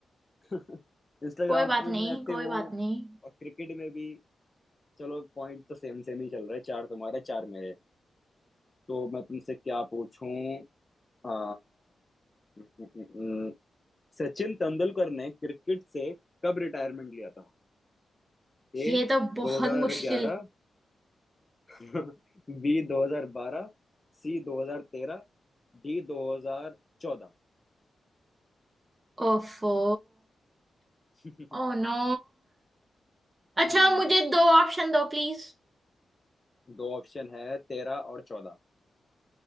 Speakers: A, on the left; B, on the right.
A: <laughs> इंस्टाग्राम
B: कोई बात
A: पे भी
B: नहीं
A: मैं एक्टिव
B: कोई
A: हूँ
B: बात नहीं
A: और क्रिकेट में भी चलो पॉइंट तो सेम सेम ही चल रहा है चार तुम्हारे चार मेरे तो मैं तुमसे क्या पूछूं आ, न- न- न- सचिन तेंदुलकर ने क्रिकेट से कब रिटायरमेंट लिया था A
B: ये तो बहुत
A: 2011
B: मुश्किल
A: <laughs> B 2012 C 2013 D 2014
B: ओफो
A: <laughs>
B: ओ नो अच्छा
A: हम्म,
B: मुझे दो ऑप्शन दो प्लीज
A: दो ऑप्शन है तेरह और चौदह